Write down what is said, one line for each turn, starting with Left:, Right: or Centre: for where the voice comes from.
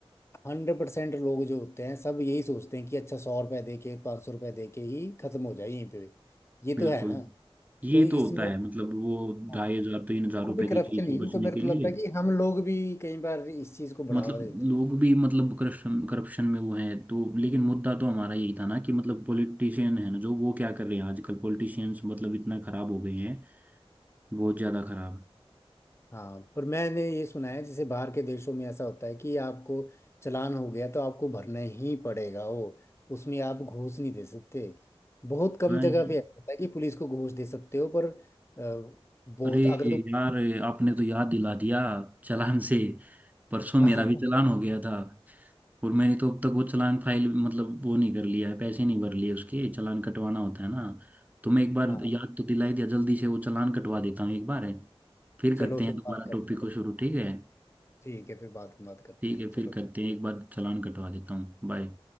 Left: हंड्रेड परसेंट लोग जो होते हैं सब यही सोचते हैं कि अच्छा सौ रुपये दे के पाँच सौ रुपये दे के ही खत्म हो जाए यहीं पे ये
Right: बिल्कुल
Left: तो है ना
Right: ये
Left: तो इसमें
Right: तो होता है मतलब वो
Left: हाँ,
Right: ढाई हजार तीन हजार रुपए
Left: वो भी
Right: की
Left: करप्शन
Right: चीज से
Left: ही
Right: बचने
Left: तो मेरे को
Right: के लिए
Left: लगता है कि हम लोग भी कई बार इस चीज को बढ़ावा
Right: मतलब
Left: देते हैं
Right: लोग भी मतलब करप्शन करप्शन में वो हैं तो लेकिन मुद्दा तो हमारा यही था ना कि मतलब पॉलिटिशियन है ना जो वो क्या कर रहे हैं आजकल पॉलिटिशियंस मतलब इतना खराब हो गए हैं बहुत ज्यादा खराब
Left: हाँ पर मैंने ये सुना है जैसे बाहर के देशों में ऐसा होता है कि आपको चालान हो गया तो आपको भरना ही पड़ेगा वो उसमें आप घूस नहीं दे सकते बहुत कम
Right: हाँ
Left: जगह
Right: ये-
Left: पे ऐसा होता है कि पुलिस को घूस दे सकते हो पर अ, बहुत
Right: अरे
Left: अगर
Right: यार
Left: तुम
Right: आपने तो याद दिला दिया चालान से परसों
Left: <laughs>
Right: मेरा
Left: हाँ
Right: भी चालान हो गया था और मैंने तो अब तक वो चालान फाइल मतलब वो नहीं कर लिया है पैसे नहीं भर लिए उसके चालान कटवाना होता है ना तो मैं एक बार
Left: हाँ
Right: याद तो दिला ही दिया जल्दी से वो चालान कटवा देता हूँ एक बार है। फिर
Left: चलो
Right: करते हैं
Left: फिर
Right: दोबारा
Left: बात करते
Right: टॉपिक
Left: हैं
Right: को शुरू ठीक है
Left: ठीक है फिर बात बात करते
Right: ठीक
Left: हैं
Right: है फिर
Left: चलो
Right: करते हैं एक बार चालान कटवा देता हूँ बाय